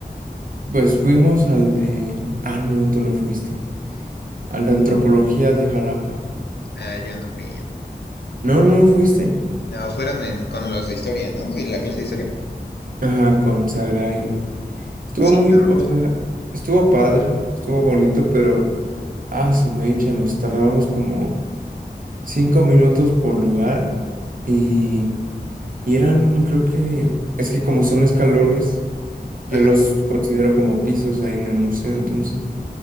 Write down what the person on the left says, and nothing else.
Ah, yo no fui, no.
No, fueron en- con los de historia, ¿no? En la clase de historia.
Sí,
no.
Ajá.